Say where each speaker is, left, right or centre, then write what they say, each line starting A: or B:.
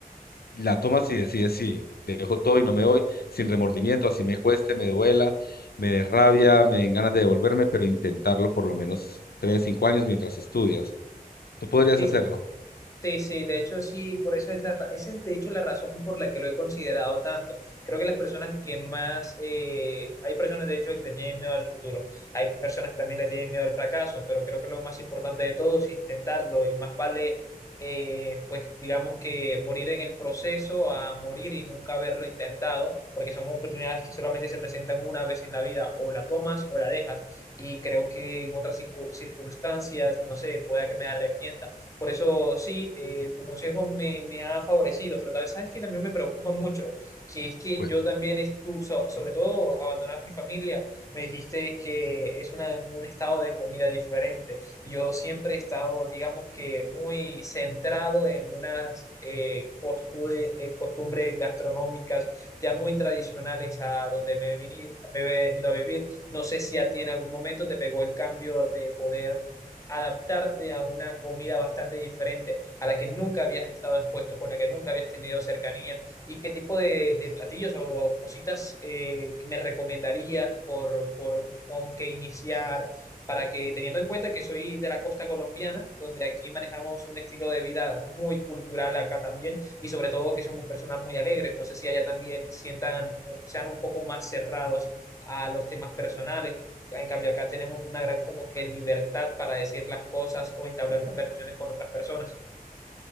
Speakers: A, on the left (about 80°); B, on the left (about 20°).
A: la tomas y decides, sí, dejo todo y no me voy, sin remordimiento, así me cueste, me duela, me dé rabia, me den ganas de devolverme, pero intentarlo por lo menos tres, cinco años mientras estudias. ¿Tú podrías
B: Sí,
A: hacerlo?
B: Sí, sí, de hecho sí, por eso es la, ra- esa es de hecho la razón por la que lo he considerado tanto. Creo que las personas que más, eh, hay personas de hecho que le tienen miedo al futuro, hay personas que también le tienen miedo al fracaso, pero creo que lo más importante de todo es intentarlo y más vale, eh, pues digamos que morir en el proceso a morir y nunca haberlo intentado, porque son oportunidades que solamente se presentan una vez en la vida, o la tomas o la dejas, y creo que en otras circu- circunstancias, no sé, pueda que me arrepienta por eso sí, eh, tu consejo me, me ha favorecido, pero tal vez sabes que también me preocupa mucho, que es que
A: Cuéntame.
B: yo también estuve, sobre todo abandonar mi familia, me dijiste que es una- un estado de comida diferente. Y Yo siempre he estado, digamos que, muy centrado en unas eh, costude- eh, costumbres gastronómicas ya muy tradicionales a donde me he venido, me he venido a vivir. No sé si a ti en algún momento te pegó el cambio de poder adaptarte a una comida bastante diferente, a la que nunca habías estado expuesto, con la que nunca habías tenido cercanía, y qué tipo de, de platillos o cositas eh, me recomendarías por, por con qué iniciar, para que teniendo en cuenta que soy de la costa colombiana, donde aquí manejamos un estilo de vida muy cultural acá también, y sobre todo que somos personas muy alegres, no sé si allá también sientan, sean un poco más cerrados a los temas personales en cambio, acá tenemos una gran como que libertad para decir las cosas o entablar conversaciones con otras personas.